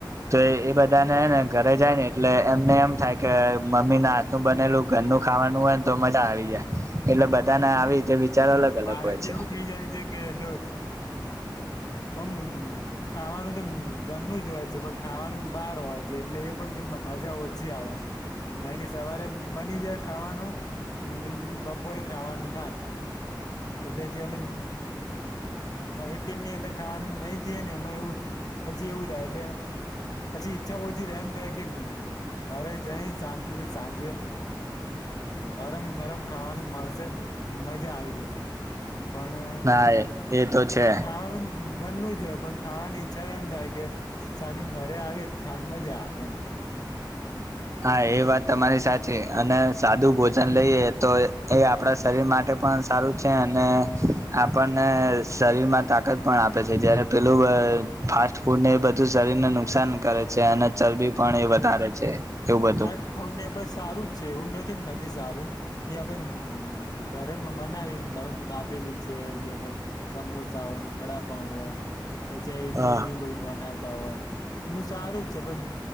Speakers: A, on the right (about 40°); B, on the left (about 50°).
A: તો એ બધા
B: પણ
A: ને ને ઘરે જાય ને એટલે એમને એમ થાય કે મમ્મીને હાથ નું બનેલું ઘરનું ખાવાનું હોય ને તો મજા આવી જાય. એટલે બધાના
B: પણમ
A: આવી રીતે વિચાર અલગ અલગ
B: મારે
A: હોય
B: તો
A: છે.
B: એવું થઇ જાય છે કે જો હમ ખાવાનું તો ઘરનું જ હોય છે પણ ખાવાનું બહાર હોય છે એટલે એ પણ મજા ઓછી આવે છે. કારણ કે સવારે બની જાય ખાવાનું બપો ખાવાનું થાય એટલે જે અમે એફિન ની અંદર ખાવાનું નઈ જઈએ ને એમાં એવું હજી એવું થાય એટલે પછી ઈચ્છા હોછી એમ થાય કે ઘરે જાય શાંતિથી સાંજે ગરમ ગરમ ખાવાનું મળશે મજા આવી જશે. પણ
A: હા એ એ તો છે
B: ખાવાનું ગરનું જ હોય પણ ખાવાની એમ થાય કે સાદી ઘરે આવી ખાડ મજા આવે એમ.
A: હા એ વાત તમારી સાચી અને સાદું ભોજન લઈએ તો એ આપણા શરીર માટે સારુ છે આપણને શરીરમાં તાકાત પણ આપે છે જયારે પેલું ફાસ્ટ ફૂડ ને એ બધું શરીરને નુકસાન કરે છે અને ચરબી પણ એ વધારે છે. એવું બધું.
B: હા ફાસ્ટ ફૂડને એ પણ સારું જ છે એવું નથી સારું એ આપણે ઘરેમાં બનાવી લાબેલી છે કે સમોસા હોય વડાપઉ હોય પછી ઈડલી
A: હા
B: ને બધુ બનાવતા હોય. એનું સારું જ છે પણ